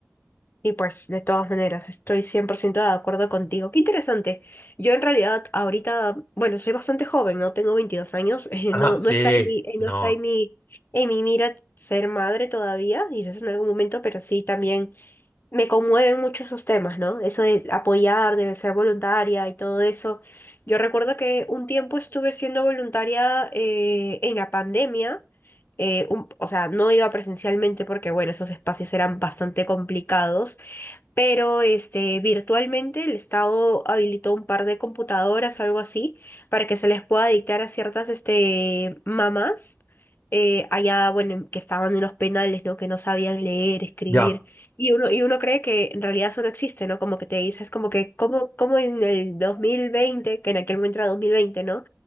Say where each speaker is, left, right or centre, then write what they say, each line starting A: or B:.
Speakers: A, on the left (about 45°); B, on the left (about 25°).
A: Y pues, de todas maneras, estoy 100% de acuerdo contigo. Qué interesante. Yo en realidad ahorita, bueno, soy bastante joven, ¿no? Tengo 22 años. <laughs> eh,
B: Ajá,
A: no,
B: sí,
A: no está en mi, eh,
B: no,
A: no está en mi, en mi mira ser madre todavía, quizás en algún momento, pero sí también. me conmueven mucho esos temas, ¿no? Eso de apoyar, de ser voluntaria y todo eso. Yo recuerdo que un tiempo estuve siendo voluntaria eh, en la pandemia, eh, un- o sea, no iba presencialmente porque, bueno, esos espacios eran bastante complicados, pero este, virtualmente el Estado habilitó un par de computadoras, algo así, para que se les pueda dictar a ciertas este, mamás eh, allá, bueno, que estaban en los penales, ¿no? Que no sabían leer, escribir.
B: ya.
A: Y uno, y uno cree que en realidad eso no existe, ¿no? Como que te dices, como que, como, como en el dos mil veinte que en aquel momento era dos mil veinte ¿no?